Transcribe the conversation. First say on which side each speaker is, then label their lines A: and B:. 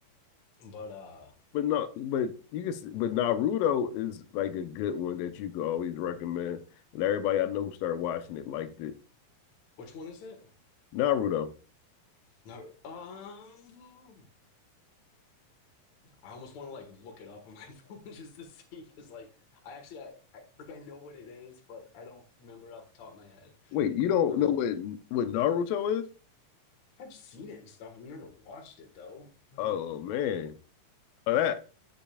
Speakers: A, on the left; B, on the left.
A: but uh,
B: But not, but you can, but Naruto is like a good one that you could always recommend. And everybody I know who started watching it liked it.
A: which one is it?
B: Naruto.
A: Not um, I almost want to like look it up on my <laughs> phone just to see because like I actually I, I like I know what it is, but I don't remember it off the top of my head.
B: Wait, you don't
A: Um,
B: know what what Naruto is?
A: I've seen it and stuff. I've never watched it though. Um,
B: Oh man, oh, that